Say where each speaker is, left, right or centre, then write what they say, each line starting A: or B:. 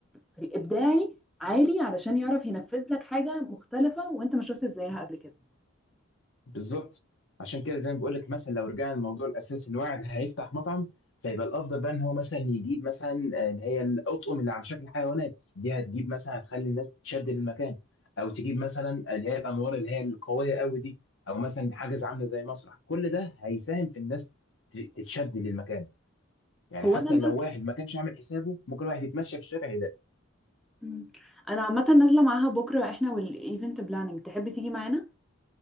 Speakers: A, in the centre; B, on the left (about 60°).
A: في الابداعي عالي علشان يعرف ينفذ لك حاجه مختلفه وانت ما شفتش زيها قبل كده
B: بالظبط عشان كده زي ما بقول لك مثلا لو رجعنا للموضوع الاساسي ان واحد هيفتح مطعم فيبقى الافضل بقى ان هو مثلا يجيب مثلا آه، اللي هي الاطقم اللي على شكل حيوانات دي هتجيب مثلا هتخلي الناس تشد للمكان او تجيب مثلا اللي هي الانوار اللي هي القويه قوي دي او مثلا حاجز عامله زي مسرح كل ده هيساهم في الناس ت- تتشد للمكان يعني
A: هو
B: حتى
A: انا نازله
B: لو واحد ما كانش عامل حسابه ممكن واحد يتمشى في الشارع يلاقي
A: مم. انا عامه نازله معاها بكره احنا والايفنت بلاننج تحب تيجي معانا